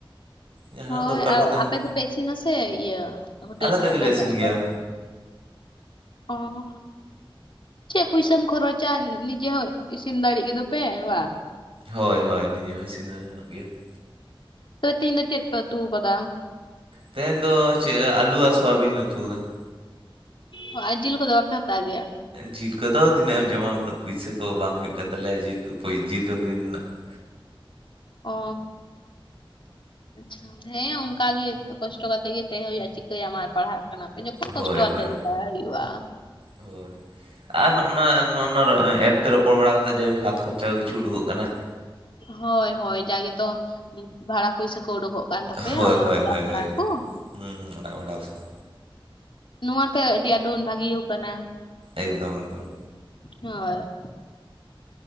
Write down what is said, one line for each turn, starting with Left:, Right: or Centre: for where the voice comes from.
Right: ᱡᱟᱦᱟᱱᱟᱜ
Left: ᱦᱳᱭ
Right: ᱫᱚᱨᱠᱟᱨ
Left: ᱟᱞ
Right: ᱠᱚ ᱛᱟᱦᱮᱱᱟ
Left: ᱟᱯᱮ ᱫᱚᱯᱮ ᱤᱥᱤᱱᱟ ᱥᱮ ᱤᱭᱟᱹ ᱦᱳᱴᱮᱞ
Right: ᱟᱞᱮ
Left: ᱠᱷᱚᱱᱟᱜ
Right: ᱛᱮᱜᱮᱞᱮ
Left: ᱯᱮ ᱦᱟᱛᱟ
Right: ᱤᱥᱤᱱ
Left: ᱟᱜᱩᱭᱟ
Right: ᱜᱮᱭᱟ
Left: ᱾ ᱚᱻ ᱦᱚᱜ ᱪᱮᱫ ᱯᱩᱭᱥᱟᱢ ᱠᱷᱚᱨᱚᱪᱟ ᱱᱤᱡᱮ ᱦᱚᱸ ᱤᱥᱤᱱ ᱫᱟᱲᱮᱜ ᱜᱮᱫᱚᱯᱮ ᱵᱟᱝ?
Right: ᱦᱳᱭ ᱦᱳᱭ ᱱᱤᱡᱮ ᱦᱚᱸ ᱤᱥᱤᱱ ᱫᱚ ᱜᱟᱱᱚᱜ ᱜᱮᱭᱟ ᱾
Left: ᱛᱚ ᱛᱮᱦᱤᱧ ᱫᱚ ᱪᱮᱫ ᱯᱮ ᱩᱛᱩ ᱠᱟᱫᱟ?
Right: ᱛᱮᱦᱮᱧ ᱫᱚ ᱪᱮᱜ, ᱟᱞᱩ ᱟᱨ ᱥᱚᱣᱟᱵᱤᱱ ᱞᱮ ᱩᱛᱩ ᱟᱫᱟ ᱾
Left: ᱦᱚᱸ ᱡᱤᱞ ᱠᱚᱫᱚ ᱵᱟᱯᱮ ᱦᱟᱛᱟᱣ ᱜᱮᱭᱟ᱾
Right: ᱡᱤᱞ ᱠᱚᱫᱚ ᱛᱤᱱᱟᱹᱜ ᱮᱢ ᱡᱚᱢᱟ ᱩᱱᱟᱹᱜ ᱯᱩᱭᱥᱟᱹ ᱠᱚ ᱵᱟᱝ ᱦᱩᱭᱩᱜ ᱠᱟᱱ ᱛᱟᱞᱮᱭᱟ ᱡᱤᱞ ᱠᱚ ᱯᱚ ᱡᱤᱞ ᱠᱚ ᱠᱤᱨᱤᱧ ᱨᱮᱱᱟᱜ ᱾ <inaudible>
Left: ᱚ ᱟᱪᱪᱷᱟ ᱦᱮᱸ ᱚᱱᱠᱟ ᱜᱮ ᱾ ᱠᱚᱥᱴᱚ ᱠᱟᱛᱮ ᱜᱮ ᱛᱟᱦᱮᱸ ᱦᱩᱭᱩᱜᱼᱟ ᱪᱤᱠᱟᱹᱭᱟᱢ ᱟᱨ ᱯᱟᱲᱦᱟᱜ ᱠᱟᱱᱟᱯᱮ ᱡᱚᱠᱷᱚᱱ
Right: ᱦᱳᱭ
Left: ᱠᱚᱥᱴᱚ ᱠᱟᱛᱮ
Right: ᱦᱳᱭ
Left: ᱜᱮ ᱯᱟᱲᱦᱟᱜ ᱦᱩᱭᱩᱜᱼᱟ ᱾
Right: ᱦᱳᱭ ᱟᱨ ᱱᱚᱜᱼᱱᱟ ᱱᱚᱱᱚ ᱮᱯ ᱛᱮ ᱨᱚᱯᱚᱲ ᱵᱟᱲᱟ ᱠᱟᱛᱮᱫ ᱡᱟᱭᱦᱳᱠ ᱦᱟᱛ ᱠᱷᱚᱨᱪᱟ ᱠᱤᱪᱷᱩ ᱩᱰᱩᱠᱚᱜ ᱠᱟᱱᱟ ᱾
Left: ᱦᱳᱭ ᱦᱳᱭ ᱡᱟᱜᱮ ᱛᱚ ᱵᱷᱟᱲᱟ ᱯᱩᱭᱥᱟᱹ ᱠᱚ ᱩᱰᱩᱠᱚᱜ ᱠᱟᱱ ᱛᱟᱯᱮᱭᱟ
Right: ᱦᱳᱭ
Left: ᱚᱱᱟ
Right: ᱦᱳᱭ
Left: ᱚᱲᱟᱜ
Right: ᱦᱳᱭ
Left: ᱵᱷᱟᱲᱟ
Right: ᱦᱳᱭ
Left: ᱠᱚ ᱾
Right: ᱦᱩᱸ ᱦᱩᱸ ᱚᱱᱟ ᱚᱰᱟᱣ ᱯᱟᱥᱮᱜ,
Left: ᱱᱚᱣᱟᱛᱮ ᱟᱹᱰᱤ ᱟᱸᱴ ᱵᱚᱱ ᱵᱷᱟᱹᱜᱤ ᱟᱠᱟᱱᱟ ᱾
Right: ᱮᱠᱫᱚᱢ ᱮᱠᱫᱚᱢ
Left: ᱦᱚᱭ